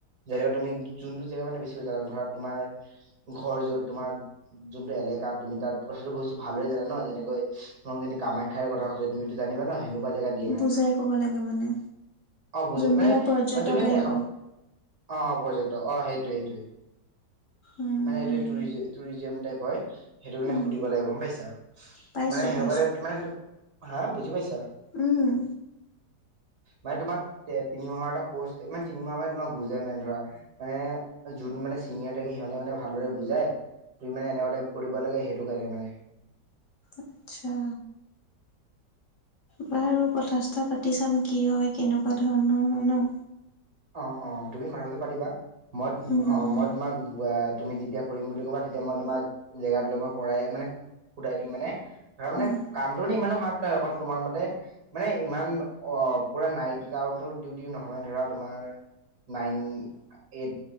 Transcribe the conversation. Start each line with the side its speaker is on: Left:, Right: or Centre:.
Right: যদিও তুমি যোনটো জেগা মানে বেছিকৈ জানা, ধৰা, তোমাৰ ঘৰ য'ত, তোমাৰ যোনটো এলেকা তুমি তাত কথাটো কৈছোঁ ভালদৰে জানা নহ, যেনেকৈ তোমাক যদি কামাখ্যাৰ কথা সুধে, তুমিটো জানিবা নহ সেন জেগাত দিয়ে মানে
Left: বুজাই
Right: ধৰা,
Left: ক'ব লাগে মানে
Right: অ', বুজে
Left: যোনবিলাক
Right: মানে
Left: পৰ্যটক
Right: মে তুমি
Left: আহিব।
Right: দেখা অহ, প্ৰজেক্টৰ। অ', সেইটোৱেই সেইটোৱেই
Left: উম,
Right: মানে সেইটোৱেই টুৰিজিম টাইপ হয়। সেইটো মানে
Left: উম,
Right: সুধিব লাগে গম পাইছা,
Left: পাইছো
Right: মানে সেনেকুৱা
Left: পাইছো।
Right: টাইপ মানে হা, বুজি পাইছা?
Left: উম।
Right: মানে তোমাক তিনিমাহৰ এটা কৰ্চ, মানে তিনিমাহ মানে তোমাক বুজাই মানে ধৰা। মানে যোন মানে চিনিয়ৰ থাকে সিহঁতে মানে ভালদৰে বুজাই তু মানে এনেকুৱা টাইপ লাগে, সেইটো কাৰণেই মানে।
Left: আচ্ছা। বাৰু কথা-চথা পাতি চাম, কি হয়? কেনেকুৱা ধৰণৰ হয় নহ?
Right: অ', অ, তুমি কথাটো পাতিবা, মই
Left: উম।
Right: অ', মই তোমাক তুমি যেতিয়া কৰিম বুলি ক'বা, তেতিয়া মই তোমাক জেগাটোলৈ মই কৰাই মানে সুধাই দিম মানে। ধৰা মানে
Left: উম,
Right: কামটো মানে ইমানো হাৰ্ড নহয় অকল তোমাৰ মতে মানে ইমান, অ', পুৰা নাইট <unintelligible> ডিউটি নহয় ধৰা। তোমাৰ নাইন এইট।